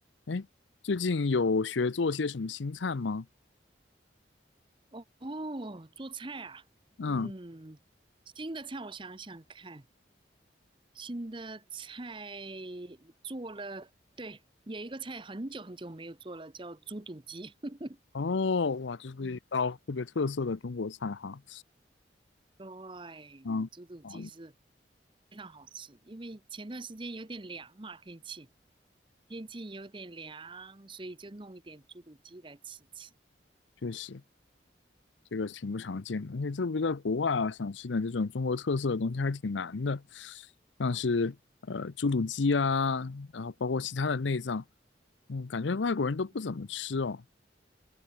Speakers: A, on the left; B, on the right.
A: 哎，最近有学做些什么新菜吗？
B: 哦哦做菜啊，
A: 嗯，
B: 嗯，新的菜我想想看，新的菜做了，对，有一个菜很久很久没有做了，叫猪肚鸡。<laughs>
A: 哦，哇，这是一道特别特色的中国菜哈。
B: 嗯，对，
A: 嗯，
B: 猪肚鸡是
A: 啊，
B: 非常好吃，因为前段时间有点凉嘛，天气天气有点凉，所以就弄一点猪肚鸡来吃吃。
A: 确实，这个挺不常见的，
B: 嗯
A: 而且特别在国外啊，想吃点这种中国特色的东西还是挺难的，像是呃猪肚鸡啊，然后包括其他的内脏，嗯，感觉外国人都不怎么吃哦。
B: 嗯，